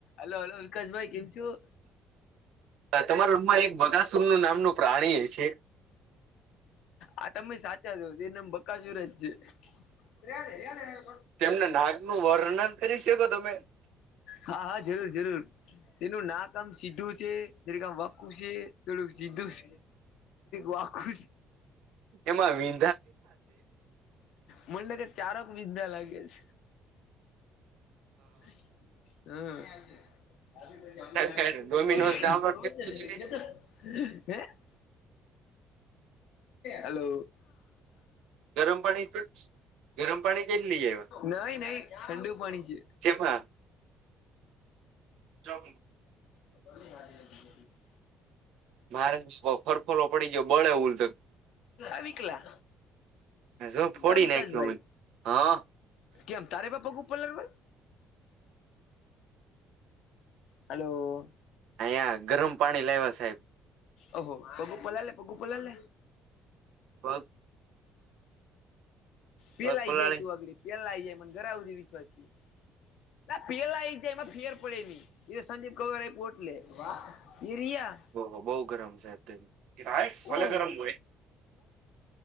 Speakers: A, on the left; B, on the right.
A: હલો હલો વિકાસભાઈ કેમ છું.
B: તમારા રૂમમાં એક બગાસુર નું નામનું પ્રાણી છે.
A: આ તમે સાચા છો તે નામ બકાસુર જ છે. રદે રે.
B: તેમના નાગ નું વર્ણન કરી શકો તમે.
A: હા હા જરૂર જરૂર તેનું નાકમ સીધું છે. શ કામ વાકુશી તડ સીધષ વાકુસ.
B: એમાં વિ.
A: મનેને કે ચારોક વિદ્યા લાગે છે. હ. આજ પ
B: છે ડોમિનોઝ
A: કાઢટ
B: ડાઉનલોડ કેટલું છે
A: કેતો. હલો.
B: ગરમ પાણી ગરમ પાણી કેટલી આવ્યા
A: નહી નહી ઠંડુ પાણી છે.
B: જેમાં જોબિંગ
A: ર હજ <unintelligible>
B: મારે બફરફરો પડી ગયો બળે ઉલ
A: અવિકલા
B: જો ફોડી
A: અવિકાસભાઈ
B: નાખ્યો અમે હા
A: કેમ તારે બાપગ ઉપલર હોય હલો.
B: અયા ગરમ પાણી લાવવા સાહેબ.
A: ઓહો પગુ પલાલે પગુ પલા લ.
B: પગ
A: પેલાઈ
B: પગ પલાળી
A: જાય તું અગડી પેહલા આઈ જાય મને ઘરા આવધી વિશ્વાસ છે. ના પેલા આવી જાય એમાં ફેર પડે નહી. એ સદીપ કવારે પોટલે એ રિયા
B: ઓહ બહુ ગરમ છે અતથી ખાય ભલે
A: ઓ
B: ગરમ હોય